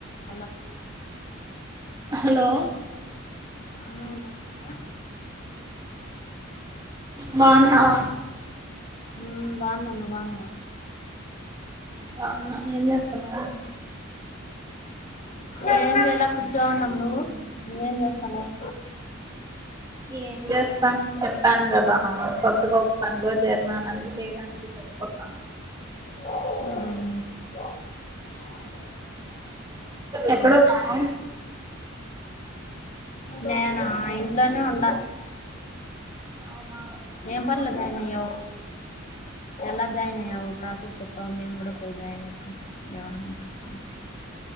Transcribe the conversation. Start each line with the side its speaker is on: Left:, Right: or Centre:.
Left: Hello
Right: hello
Left: బాన్నావ మ్ బాన్నారా
Right: బాన్నావ
Left: మ్ బావున్న నువ్వు బాన్నావ
Right: బావున్నా ఏం జేస్తున్నావ్
Left: ఏం లే ఇలా కూర్చోని ఉన్నం నువ్వు నువ్వు ఏం జేస్తన్నావ్
Right: ఏం చేస్తా చెప్పాను కదా కొత్తగ ఒక పని లో జెరిన్నాను అని చేయడానికి చెప్పు అక్క
Left: మ్
Right: ఎక్కడ ఉన్నావు
Left: నేనా ఇంట్లోనే ఉండ
Right: అవునా
Left: ఏం పన్లో జాయిన్ అయ్యవ్ ఎలా జాయిన్ అయ్యవ్ ప్రాసెస్ చెప్తావ మేము కూడా పోయి జాయిన్ అయితం ఏవన్నా ఎతుకుని